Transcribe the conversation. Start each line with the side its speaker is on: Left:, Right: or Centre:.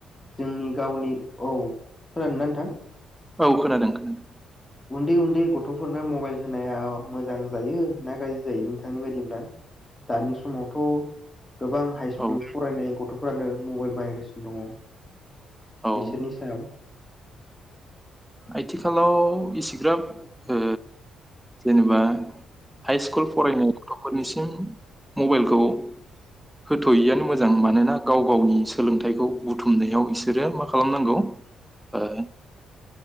Left: जोंनि गावनि औ खोनादोंना नोंथां?
Centre: औ खोनादों खोनादों ।
Left: उन्दै उन्दै गथ'फोरनो मबाइल होनाया मोजां जायो ना गाज्रि जायो नोंथांनि बायदिब्ला? दानि समावथ' गोबां हाइ स्कुल
Centre: औ
Left: फरायनाय गथ'फोरानो मबाइल बाहायगासिनो दङ ।
Centre: औ
Left: बिसोरनि सायाव
Centre: आथिखालाव इसेग्राब ओ जेनेबा हाइ स्कुल फरायनाय गथ'फोरनिसिम मबाइलखौ होथ'यैआानो मोजां मानोना गाव गावनि सोलोंथाइखौ बुथुमनायाव बिसोरो मा खालामनांगौ ओ